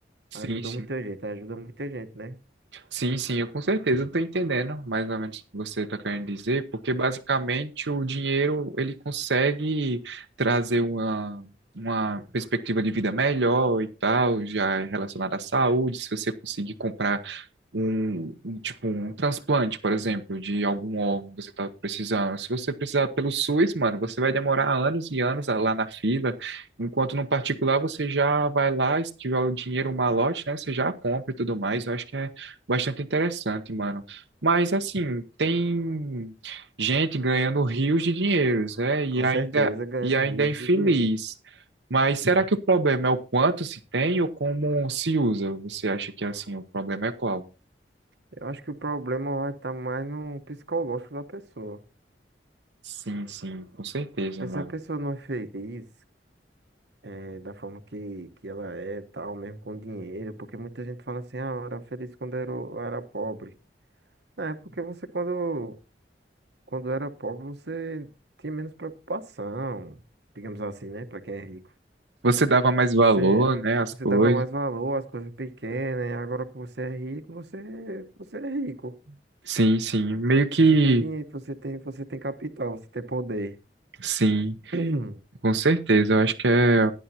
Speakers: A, on the right (about 85°); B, on the right (about 65°).
A: sim,
B: Ajudou
A: sim.
B: muita gente, ajuda muita gente, né?
A: Sim, sim, eu com certeza estou entendendo mais ou menos o que você está querendo dizer, porque basicamente o dinheiro ele consegue trazer uma, uma perspectiva de vida melhor e tal, já é relacionada à saúde, se você conseguir comprar um, um, tipo, um transplante, por exemplo, de algum órgão que você está precisando. Se você precisar pelo SUS, mano, você vai demorar anos e anos lá na fila, enquanto no particular você já vai lá, se tiver o dinheiro, o malote, né, você já compra e tudo mais. Eu acho que é bastante interessante, mano. Mas, assim, tem gente ganhando rios de dinheiros, né, e
B: Com
A: ainda,
B: certeza, ganhando
A: e ainda
B: rios
A: é infeliz.
B: de dinheiro.
A: Mas será que o problema é o quanto se tem ou como se usa? Você acha que assim o problema é qual?
B: Eu acho que o problema vai estar mais no psicológico da pessoa.
A: Sim, sim, com certeza,
B: Porque
A: mano.
B: se a pessoa não é feliz, é, da forma que, que ela é, tal, mesmo com dinheiro, porque muita gente fala assim, ah, eu era feliz quando era, eu era pobre. Não, é porque você, quando, quando era pobre, você tinha menos preocupação, digamos assim, né? Pra quem é rico.
A: Você dava mais
B: Você,
A: valor, né, às
B: você
A: coisas.
B: dava mais valor às coisas pequenas, e agora que você é rico, você, você é rico.
A: Sim, sim, meio que
B: Você tem dinheiro, você tem, você tem capital, você tem poder.
A: sim,
B: <clears throat>
A: com certeza. Eu acho que é